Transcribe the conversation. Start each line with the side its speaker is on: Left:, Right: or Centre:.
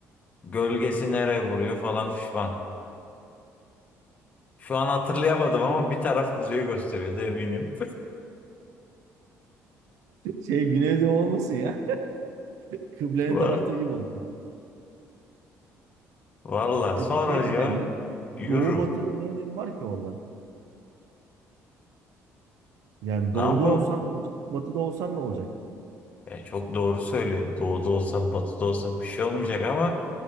Left: Gölgesi nereye vuruyor falan fişman. Şu an hatırlayamadım ama bir taraf kuzeyi gösteriyordu eminim.
Right: şey Güneydoğu olmasın ya. Kıbleli
Left: <laughs> Va-
Right: tarafta gibi oldu.
Left: Valla sonracığıma
Right: E bir şey diyeceğim ya.
Left: yürürüm.
Right: Doğu batının ne önemi var ki orada? Yani
Left: Ne
Right: doğuda
Left: yapalım?
Right: olsan ne olacak? Batıda olsan ne olacak?
Left: Ya çok doğru söylüyorsun. Doğuda olsam batıda olsam bir şey olmayacak ama